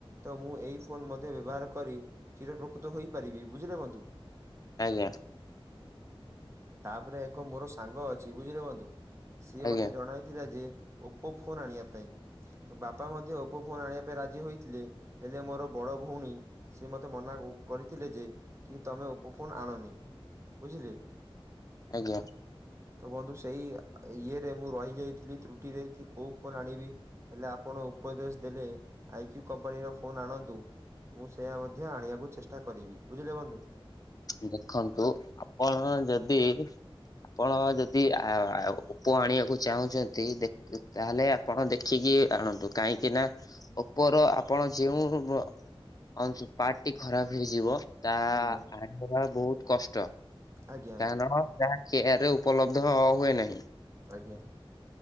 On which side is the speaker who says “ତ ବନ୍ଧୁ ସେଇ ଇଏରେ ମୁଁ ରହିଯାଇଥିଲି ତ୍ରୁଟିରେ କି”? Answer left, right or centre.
Right